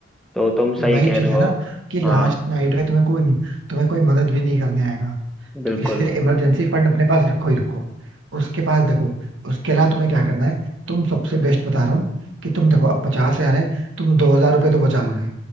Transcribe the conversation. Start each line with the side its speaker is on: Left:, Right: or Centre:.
Centre: तो तुम सही
Right: ये वही
Centre: कह
Right: चीज
Centre: रहे हो
Right: है ना कि लास्ट
Centre: हाँ
Right: नाइट में तुम्हें कोई तुम्हें कोई मदद भी नहीं करने आएगा तो
Centre: बिल्कुल
Right: इसलिए इमरजेंसी फंड अपने पास रखो ही रखो उसके पास देखो उसके अलावा तुम्हें क्या करना है तुम सबसे बेस्ट बता रहा हूँ कि तुम देखो अब पचास हजार है तुम दो हजार रुपये तो बचा लोगे